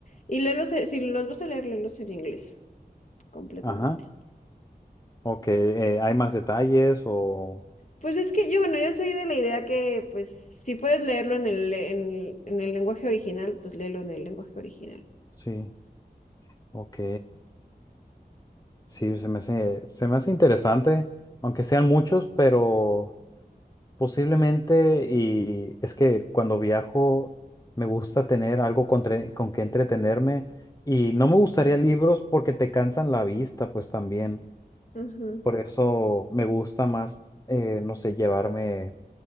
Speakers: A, on the left; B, on the left.
A: Y léelos, eh, si los vas a leer, léelos en inglés, completamente.
B: Ajá. Ok, eh, ¿hay más detalles o...?
A: Pues es que yo, bueno, yo soy de la idea que, pues, si puedes leerlo en el, en, el- en el lenguaje original, pues léelo en el lenguaje original.
B: Sí, ok. Sí, se me hace, se me hace interesante, aunque sean muchos, pero posiblemente, y es que cuando viajo me gusta tener algo con, tre- con que entretenerme y no me gustaría libros porque te cansan la vista, pues también.
A: Ajá,
B: Por eso me gusta más, eh, no sé, llevarme...